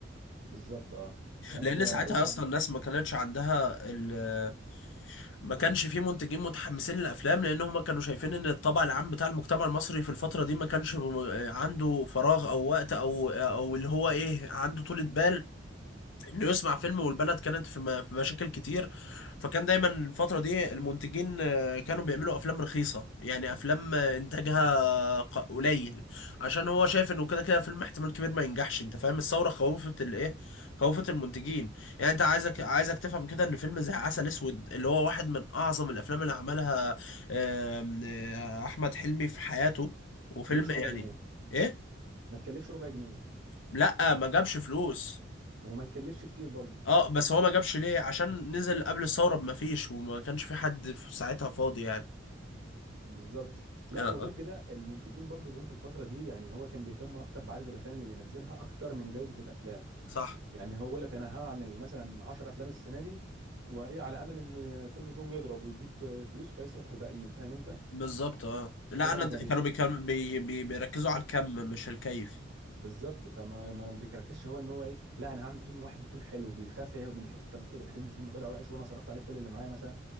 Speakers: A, on the right; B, on the left.
A: بالظبط اه فانت
B: لأن
A: قول
B: ساعتها
A: لي
B: أصلا
A: يعني
B: الناس ما كانتش عندها ال ما كانش في منتجين متحمسين للأفلام لأن هما كانوا شايفين إن الطبع العام بتاع المجتمع المصري في الفترة دي ما كانش م- عنده فراغ أو وقت أو آه، أو اللي هو إيه عنده طولة بال انه يصنع فيلم والبلد كانت في م- في مشاكل كتير فكان دايما الفترة دي المنتجين آه، كانوا بيعملوا افلام رخيصة يعني افلام آه، انتاجها ق- قليل عشان هو شايف انه كده كده فيلم احتمال كبير ما ينجحش انت فاهم الثورة خوفت الايه خوفت المنتجين يعني انت عايزك عايزك تفهم كده ان فيلم زي عسل اسود اللي هو واحد من اعظم الافلام اللي عملها آم، آه، احمد حلمي في حياته وفيلم
A: ما تكلفش
B: يعني
A: ربع جنيه
B: ايه
A: ما تكلفش ربع جنيه
B: لا ما جابش فلوس
A: وما تكلفش كتير برضو
B: اه بس هو ما جابش ليه عشان نزل قبل الثورة بما فيش وما كانش في حد في ساعتها فاضي يعني
A: بالظبط لا
B: اه
A: وغير
B: اه
A: كده المنتجين برضو جم في الفتره دي يعني هو كان بيهتم اكتر بعدد الافلام اللي بينزلها اكتر من جوده الافلام
B: صح
A: يعني هو يقول لك انا هعمل مثلا 10 افلام السنه دي وايه على امل ان فيلم فيهم يضرب ويجيب فلوس فيصرف على الباقيين فاهم انت انما
B: بالظبط اه لا
A: بالظبط
B: انا د-
A: كان
B: كانوا
A: بيخ...
B: بيكم بي بي بيركزوا على الكم مش الكيف
A: بالظبط فما ما بيركزش هو ان هو ايه لا انا هعمل فيلم واحد يكون حلو بيخاف إيه من حته طب افرض الحلم الفيلم طلع وحش وانا صرفت عليه كل اللي معايا مثلا